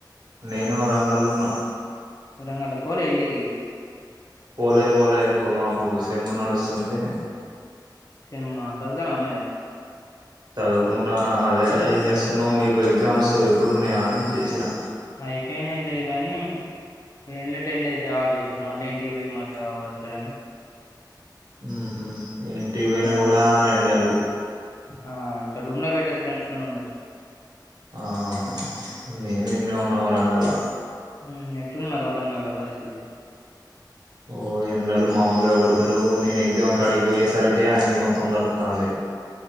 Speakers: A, on the right; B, on the left.
A: నేను వరంగల్లున్న
B: వరంగలా పోలే ఇంటికి
A: పోలే పోలే ఇప్పుడు మాకు సెమ్ము నడుస్తుంది
B: సెమ్మా సౌతానా మరే
A: చదువుకుంటానా అదే ఏం చేస్తున్నావ్ మీకు ఎగ్జామ్స్ ఎప్పుడున్నాయా అని చేసినా
B: ఐపొయ్నలే గని ఎండో టెన్ డేస్ గా హాల్డేసు మళ్ళీ ఇంటికి పొయ్యి మల్లెవుడొత్తడని
A: మ్మ్ హు ఇంటికి పోయినా గుడా
B: ఉన్న ఇగ.
A: ఎండలు
B: ఆ ఇక్కడ రూమ్ లో బెట్టర్ ఫ్రెండ్స్ తోనుండొచ్చు
A: ఆహా నేను ఈన్నే ఉన్న వరంగల్లా
B: మ్మ్ హు ఎట్లుంది మరి వరంగల్ల్లో పరిస్థితి
A: ఓ ఎండలు మామూలుగా గొడతలేవు నేను ఎగ్జామ్ కాడికి పొయ్యే సరికే అంగి మొత్తం తడుత్తాన్ది